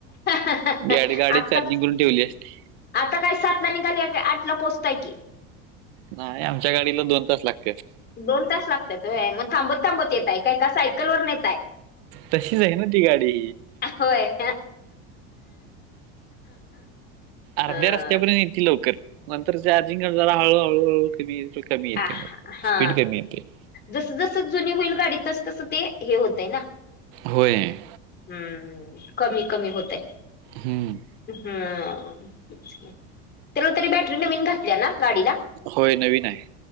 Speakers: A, on the left; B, on the right.
A: आता
B: गाडी, गाडी चार्जिंग करून ठेवली असती.
A: आता काय सातला निघाले की आठला पोहोचताय की.
B: नाही आमच्या गाडीला दोन तास लाग
A: दोन तास लागतात व्हय म थांबत-थांबत येताय काय का सायकल वरनं येताय?
B: तशीच आहे ना ती गाडी.
A: होय.
B: अर्ध्या
A: हा
B: रस्त्यापर्यंत येती लवकर नंतर चार्जिंग कमी झालं की जरा हळूहळूहळू कमी येते
A: अ
B: मग
A: हा
B: स्पीड कमी येते
A: जसं जसं जुनी होईल गाडी तसं तसं ते हे होतय ना.
B: होय.
A: हम्म कमी कमी होतय.
B: हम्म.
A: हां त्याला तरी बॅटरी नवीन घातल्या ना गाडीला?
B: होय नवीन आहे.